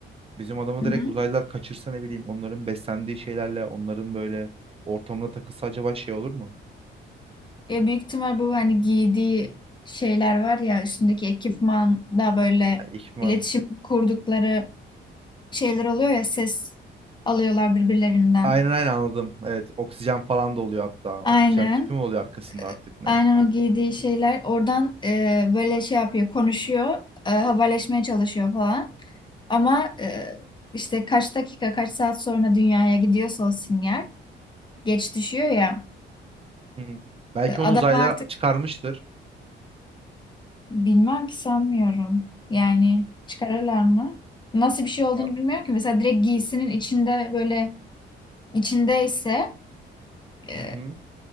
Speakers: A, on the right (about 30°); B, on the left (about 25°).
A: Bizim adamı
B: hı
A: direkt
B: hı.
A: uzaylılar kaçırsa ne bileyim onların beslendiği şeylerle onların böyle ortamına takılsa acaba şey olur mu?
B: Ya büyük ihtimal bu hani giydiği şeyler var ya üstündeki ekipman da böyle
A: Ya, İhtimal.
B: iletişim kurdukları şeyler oluyor ya ses alıyorlar birbirlerinden.
A: Aynen aynen anladım. Evet oksijen falan da oluyor hatta.
B: Aynen.
A: Oksijen tüpü mü oluyor arkasında artık ne?
B: Aynen o giydiği şeyler oradan e, böyle şey yapıyor, konuşuyor, e, haberleşmeye çalışıyor falan. Ama e, işte kaç dakika, kaç saat sonra dünyaya gidiyorsa o sinyal Geç düşüyor ya.
A: Hı. Belki onu
B: Ama
A: uzaylılar
B: artık
A: çıkarmıştır.
B: bilmem ki sanmıyorum. Yani çıkarırlar mı? Nasıl bir şey olduğunu
A: Ya,
B: bilmiyorum ki. Mesela direkt giysinin içinde böyle içindeyse e,
A: Hı hı.